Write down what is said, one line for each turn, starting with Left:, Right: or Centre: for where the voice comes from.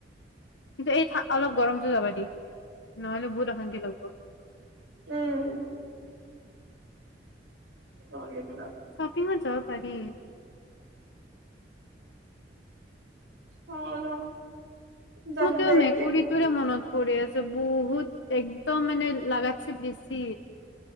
Left: কিন্তু এই ঠা অলপ গৰমজো লগা দি খালা নহলে বহুত অশান্তি লাগব
Right: উম‌ মৰিগ'ল
Left: শ্বপিংত যাব পাৰি
Right: হা ৰ যাম
Left: মোৰ তো
Right: দে একদিন
Left: মেকুৰীটোৰে মনত পৰি আছে। বহুত এক তো মানে লাগাছে বেছি